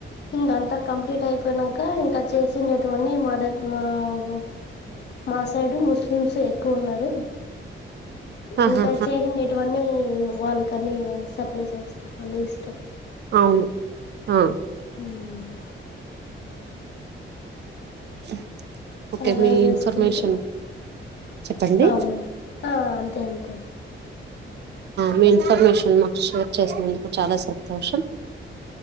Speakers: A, on the left; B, on the right.
A: ఇంక అంత కంప్లీట్ అయిపోయినంక ఇంక చేసండేటువన్నీ మా దగ్గ మా అ మా సైడు ముస్లిమ్స్ ఎక్కువ ఉన్నారు
B: ఆహా
A: ఇంక చేసిండెటివన్నీ వాళ్ళకని సప్లైచేస్తాం అన్ని ఇస్తాం
B: అవును ఆ
A: ఉమ్
B: <unintelligible> ఓకే
A: అలా
B: మీ
A: చేసుకుంటూ
B: ఇన్ఫర్మేషన్ చెప్పండి
A: అవునండి అే అంతే అంతే
B: మీ ఇన్ఫర్మేషన్ మాకు షేర్ చేసినందుకు చాలా సంతోషం